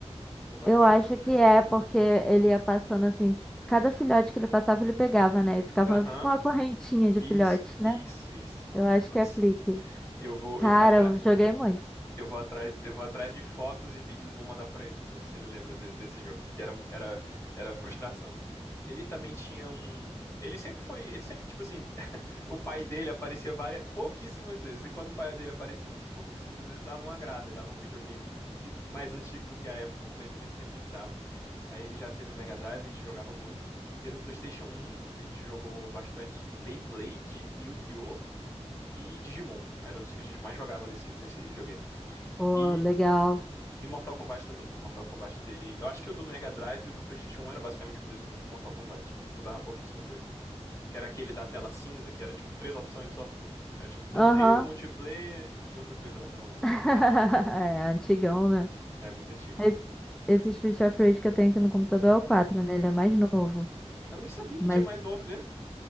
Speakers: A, on the left; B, in the centre.
A: Eu vou
B: Eu
A: atrás,
B: acho
A: eu vou atrás.
B: que é, porque ele ia passando assim, cada filhote que ele passava, ele pegava, né? E ficava
A: Aham,
B: tipo uma correntinha de
A: isso,
B: filhotes, né?
A: isso, isso.
B: Eu acho
A: Nossa,
B: que é Flick.
A: eu vou,
B: Cara,
A: eu vou atrás.
B: eu joguei muito.
A: Eu vou atrás, eu vou atrás de fotos e vídeos e vou mandar pra ele, pra ver se ele lembra de- desse jogo, porque era, era, era frustração. Ele também tinha um, ele sempre foi, ele sempre tipo assim, <laughs> o pai dele aparecia várias, pouquíssimas vezes, e quando o pai dele aparecia essas pouquíssimas vezes, dava uma grada, e dava um videogame m- mais antigo do que a época pra ele, mas sempre dava. Aí ele já teve o Mega Drive, a gente jogava muito. Teve o PlayStation um que a gente jogou bastante Beyblade, Yu-Gi-Oh! e Digimon. Eram os que a gente mais jogava nesse, nesse videogame.
B: Pô,
A: e
B: legal.
A: e Mortal Kombat também. O Mortal Kombat dele. Eu acho que o do Mega Drive e o do PlayStation 1 era basicamente o mesmo Mortal Kombat. Mudava pouquíssima coisa. Que era aquele da tela cinza, que era tipo três opções só. Era tipo torneio,
B: Aham.
A: multiplayer e outra coisa lá que eu não lembro.
B: <laughs> É, antigão, né?
A: É muito antigo.
B: Esse, esse Street of Rage que eu tenho aqui no computador é o 4, né? Ele é mais novo.
A: Eu nem sabia que
B: mas
A: tinha mais novo dele.